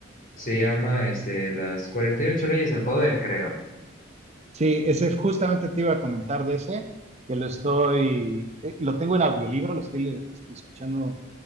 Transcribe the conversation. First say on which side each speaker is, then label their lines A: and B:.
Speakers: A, on the left; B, on the right.
A: se llama este, Las cuarenta y ocho Leyes del Poder, creo.
B: sí, ese justamente te iba a comentar de ese, que lo estoy, eh, lo tengo en audiolibro, lo estoy le- escuchando